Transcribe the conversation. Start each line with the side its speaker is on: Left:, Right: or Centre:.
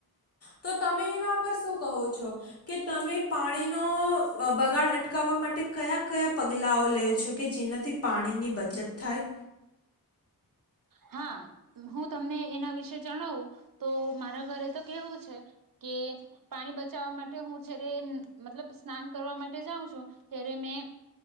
Left: તો તમે એના પર શું કહો છો. કે તમે પાણીનો બગાડ અટકાવવા માટે કયા કયા પગલાઓ લેયો. છો કે જેનાથી પાણીની બચત થાય.
Right: હા હું તમને એના વિશે જણાવું તો મારા ઘરે તો કેવું છે કે પાણી બચાવવા માટે હું જારે મતલબ સ્નાન કરવા માટે જાઉં છું ત્યારે મેં